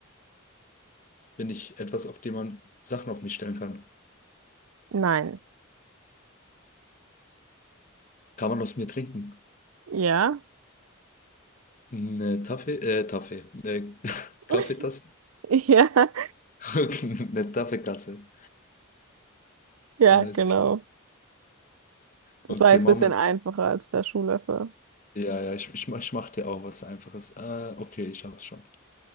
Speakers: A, on the left (about 35°); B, on the right (about 85°).
A: Bin ich etwas, auf dem man Sachen auf mich stellen kann?
B: nein.
A: Kann man aus mir trinken?
B: Ja,
A: Eine Taffee, äh, Taffee, äh, <laughs> Kaffeetasse?
B: <laughs> ja,
A: Okay, <laughs> Eine taffe Kasse.
B: ja,
A: Alles
B: genau.
A: klar.
B: Das
A: Okay,
B: war jetzt
A: machen
B: ein bisschen
A: wir.
B: einfacher als der Schuhlöffel.
A: Ja, ja, ich, ich, mach- ich mache dir auch was Einfaches. Äh, okay, ich hab's schon.